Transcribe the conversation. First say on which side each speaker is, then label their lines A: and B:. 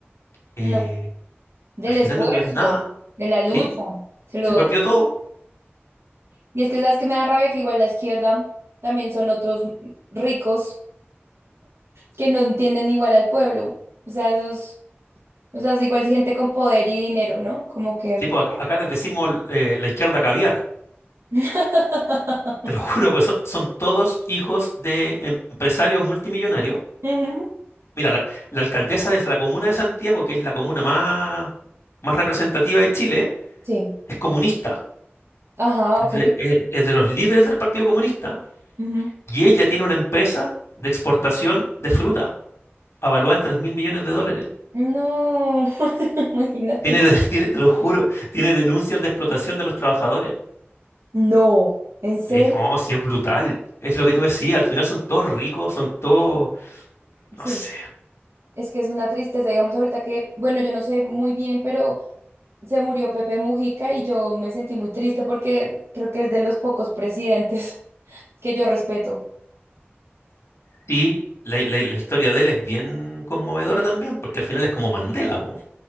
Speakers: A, on the left (about 85°); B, on the right (about 80°).
A: eh,
B: no. Del
A: al final
B: esfuerzo,
A: no quedó en nada,
B: de la lucha.
A: ¿sí?
B: Se lo...
A: Se perdió todo.
B: Y es que sabes que me da rabia que igual la izquierda también son otros ricos que no entienden igual al pueblo. O sea, esos, o sea, es igual gente con poder y dinero, ¿no? Como que.
A: Sí, pues acá, acá les decimos eh, la izquierda caviar.
B: <laughs>
A: Te lo juro, pues son, son todos hijos de empresarios multimillonarios
B: Ujú.
A: Mira, la, la alcaldesa de la comuna de Santiago, que es la comuna más, más representativa de Chile,
B: Sí.
A: es comunista,
B: Ajá, ok.
A: es de, es- es de los líderes del Partido Comunista,
B: Ujú.
A: y ella tiene una empresa de exportación de fruta, avaluada en tres mil millones de dólares.
B: No, <laughs> imagínate.
A: Tiene, de- <laughs> tiene, te lo juro, tiene denuncias de explotación de los trabajadores.
B: No, ¿en serio?
A: Es, oh, sí, es brutal. Es lo que tú decías, al final son todos ricos, son todos,
B: Sí,
A: no sé.
B: es que es una tristeza, digamos, ahorita que, bueno, yo no sé muy bien, pero se murió Pepe Mujica y yo me sentí muy triste porque creo que es de los pocos presidentes <laughs> que yo respeto.
A: Sí, la, la- la historia de él es bien conmovedora también, porque al final es como Mandela, po.